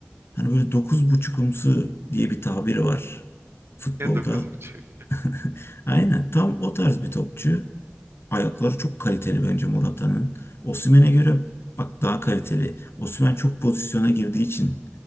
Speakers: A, on the left; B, on the right.
A: Hani böyle dokuz buçukumsu diye bir tabiri var futbolda.
B: <laughs> dokuz buçuk.
A: <laughs> Aynen tam o tarz bir topçu. Ayakları çok kaliteli bence Morata'nın. Osimhen'e göre bak daha kaliteli. Osimhen çok pozisyona girdiği için